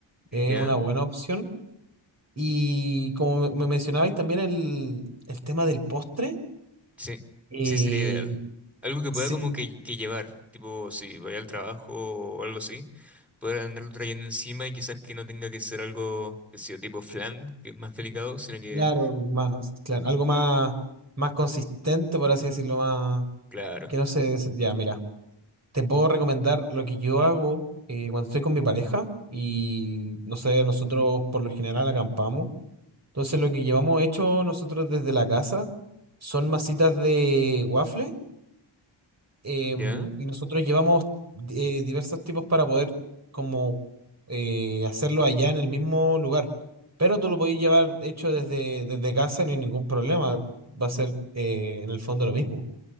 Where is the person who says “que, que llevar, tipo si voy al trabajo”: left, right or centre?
Centre